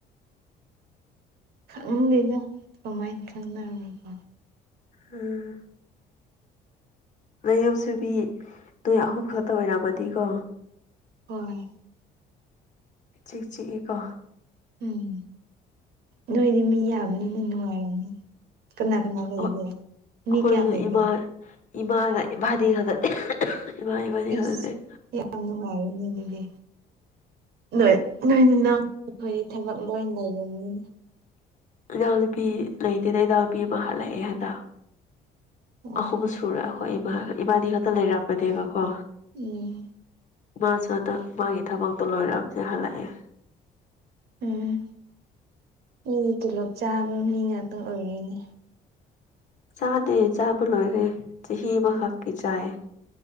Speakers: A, on the right; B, on the left.
A: ꯈꯪꯗꯦꯗ ꯀꯃꯥꯏꯅ ꯈꯪꯅꯕꯅꯣꯀꯣ꯫
B: ꯎꯝ꯫ ꯅꯌꯨꯝ ꯁꯨꯕꯤ ꯅꯣꯏ ꯑꯍꯨꯝ ꯈꯛꯇ ꯑꯣꯏꯔꯝꯃꯗꯤꯀꯣ꯫
A: ꯍꯣꯏ꯫
B: ꯆꯤꯛ ꯆꯤꯛꯑꯦꯀꯣ꯫
A: ꯎꯝ ꯅꯣꯏꯗꯤ ꯃꯤ ꯌꯥꯝꯅꯤꯅ ꯅꯨꯡꯉꯥꯏꯔꯝꯅꯤ꯫ ꯀꯅꯥ ꯀꯅꯥ ꯂꯩꯒꯦ
B: ꯑꯣ
A: ꯃꯤ
B: ꯑꯩꯈꯣꯏꯁꯨ
A: ꯀꯌꯥꯝ ꯂꯩꯒꯦ
B: ꯏꯃꯥ ꯏꯃꯥꯒ ꯏꯕꯥꯅꯤ ꯈꯛꯇꯗꯦ ꯏꯃꯥ ꯏꯕꯥꯅꯤꯈꯛ
A: ꯑꯦꯁ
B: ꯂꯩ
A: ꯌꯥꯝ ꯅꯨꯡꯉꯥꯏꯔꯦꯅꯦ ꯑꯗꯨꯗꯤ ꯅꯣꯢ ꯅꯣꯏꯗꯤ ꯅꯪ ꯑꯩꯈꯣꯏꯗꯤ ꯊꯕꯛ ꯂꯣꯏ ꯂꯩꯔꯅꯤ
B: ꯏꯅꯥꯎ ꯅꯨꯄꯤ ꯂꯩꯇꯦꯗ ꯏꯅꯥꯎ ꯅꯨꯄꯤ ꯑꯃ ꯍꯜꯂꯛꯑꯦ ꯍꯟꯗꯛ
A: ꯑꯣ
B: ꯑꯍꯨꯝ ꯨꯄꯨꯔꯥ ꯑꯩꯈꯣꯏ ꯏꯃꯥꯒ ꯏꯕꯥꯅꯤ ꯈꯛꯇ ꯂꯩꯔꯝꯕꯅꯦꯕꯀꯣ
A: ꯎꯝ
B: ꯃꯥꯁꯨ ꯑꯗ ꯃꯥꯒꯤ ꯊꯕꯛꯇꯣ ꯂꯣꯏꯔꯛꯑꯕꯅꯦ ꯍꯜꯂꯛꯑꯦ꯫
A: ꯎꯝ ꯃꯤꯗꯤ ꯇꯤꯜꯂꯣꯞ ꯆꯥꯕ ꯃꯤ ꯉꯥꯛꯇ ꯑꯣꯏꯔꯦꯅꯦ
B: ꯆꯥꯗꯦ ꯆꯥꯕ ꯂꯣꯏꯒ꯭ꯔꯦ ꯆꯍꯤ ꯑꯃꯈꯛꯀꯤ ꯆꯥꯏ